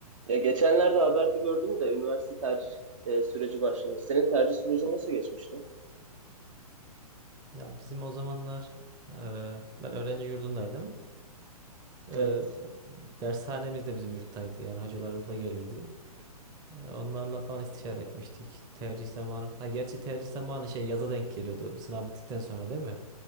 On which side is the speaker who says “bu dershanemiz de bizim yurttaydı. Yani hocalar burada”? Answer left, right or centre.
Right